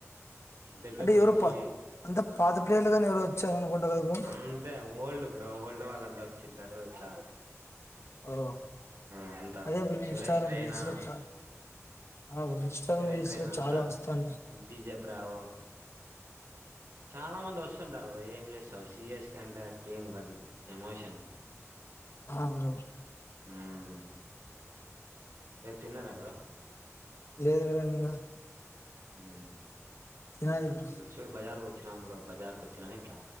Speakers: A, on the right (about 75°); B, on the left (about 60°).
A: దగ్గరకు
B: అంటే ఎవరో
A: వచ్చి
B: పా అంత పాత ప్లేయర్లు గాని ఎవరో వచ్చారు అనుకుంటా కదా బ్రో
A: అంతే ఓల్డ్ ఓల్డ్ వాళ్ళంతా వచ్చింటారు ఇట్లా
B: ఓ
A: ఆ అంత
B: అదే bro
A: Suresh
B: Instagram
A: Raina
B: reels లో చా ఆ ఇంస్టా
A: సురేష్
B: రీల్స్‌లో
A: రైనా
B: చాలా
A: అంతా
B: వస్తాంద
A: డీజే బ్రావో చాలా మంది వస్తుంటారు బ్రో ఏం చేస్తావు సీఎస్కే అంటే టీమ్ కాదు ఇ కేమోషన్
B: ఆ బ్రో
A: ఉమ్ ఎ తిన్నారా బ్రో
B: లేదు బ్రో ఇంగా
A: ఉమ్
B: తినాలి బ్రో
A: ఇక్కడ చూడు బజార్కు వచ్చినాం బ్రో బజార్కు వచ్చినా ఇట్లా